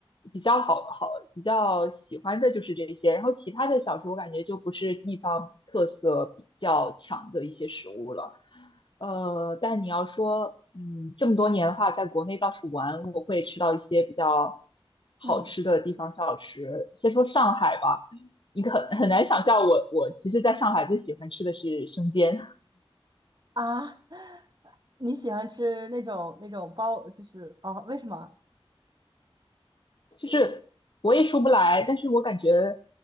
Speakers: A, on the left (about 55°); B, on the right (about 45°).
A: 比较好好比较喜欢的就是这些，然后其他的小吃我感觉就不是地方特色比较强的一些食物了。呃，但你要说，嗯，这么多年的话，在国内到处玩，我会吃到一些比较好吃的地方小吃。
B: 嗯。
A: 先说上海吧，你可很难想象我，我其实在上海最喜欢吃的是生煎。
B: 啊，<laughs> 你喜欢吃那种那种包，就是哦，为什么？
A: 就是我也说不来，但是我感觉，